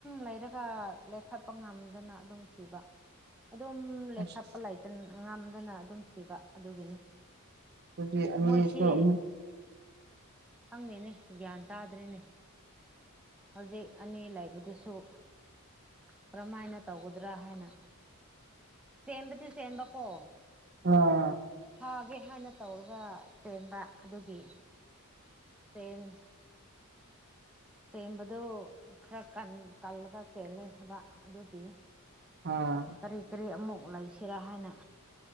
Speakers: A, in the centre; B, on the right.
A: ꯂꯩꯔꯒ ꯂꯦꯞꯈꯠꯄ ꯉꯝꯗꯅ ꯑꯗꯨꯝ ꯁꯤꯕ꯫ ꯑꯗꯨꯝ ꯂꯦꯞꯈꯞꯄ
B: ꯑꯁ
A: ꯂꯩꯇꯅ ꯉꯝꯗꯅ ꯑꯗꯨꯝ ꯁꯤꯕ ꯑꯗꯨꯒꯤꯅꯤ꯫
B: ꯑꯗꯨꯗꯤ ꯑꯅꯤꯁꯨ
A: ꯃꯣꯏꯁꯦ
B: ꯑꯃꯨꯛ
A: ꯈꯪꯗꯦꯅꯦ ꯒ꯭ꯌꯥꯟ ꯇꯥꯗ꯭ꯔꯦꯅꯦ ꯍꯧꯖꯤꯛ ꯑꯅꯤ ꯂꯩꯕꯗꯨꯁꯨ ꯀꯔꯝꯍꯥꯏꯅ ꯇꯧꯒꯗ꯭ꯔꯥ ꯍꯥꯏꯅ ꯆꯦꯟꯕꯗꯤ ꯆꯦꯟꯕꯀꯣ꯫
B: ꯑꯥ
A: ꯊꯥꯒꯦ ꯍꯥꯏꯅ ꯇꯧꯔꯒ ꯆꯦꯟꯕ ꯑꯗꯨꯒꯤ <unintelligible> ꯆꯦꯝꯕꯗꯨ ꯈꯔ ꯀꯜꯂꯒ ꯆꯦꯜꯂꯦ ꯍꯥꯏꯕ ꯑꯗꯨꯒꯤ꯫
B: ꯑꯥ
A: ꯀꯔꯤ ꯀꯔꯤ ꯑꯃꯨꯛ ꯂꯩꯁꯤꯔꯥ ꯍꯥꯏꯅ